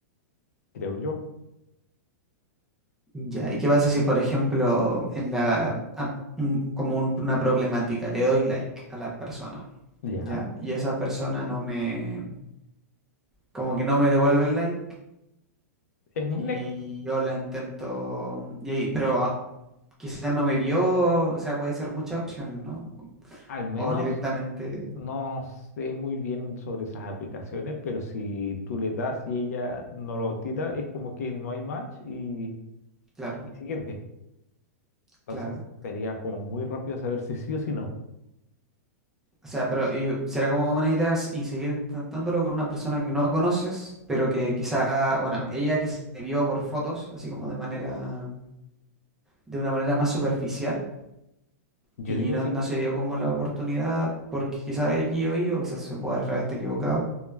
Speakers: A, on the left (about 65°); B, in the centre.
A: creo yo.
B: Ya, ¿y qué pasa si, por ejemplo, en la... ap- un- como un- una problemática, le doy like a la persona,
A: Ya,
B: ¿ya? Y esa persona no me... como que no me devuelve el like
A: es un
B: y
A: next.
B: yo la intento, y, ahí- pero ah, quizás no me vio, o sea, puede ser muchas opciones, ¿no?
A: Al menos
B: O directamente,
A: no sé muy bien sobre esas aplicaciones, pero si tú le das y ella no lo tira, es como que no hay match y,
B: claro,
A: y siguiente. Entonces
B: claro.
A: sería como muy rápido saber si sí o si no.
B: O sea, pero y será como una idea s- y seguir intentándolo con una persona que no conoces, pero que quizá, bueno, ella que se vio por fotos, así como de manera, de una manera más superficial.
A: Yo
B: Y
A: digo
B: no,
A: que
B: no se dio como la oportunidad porque quizá X o Y, o quizás se pueda estar equivocado.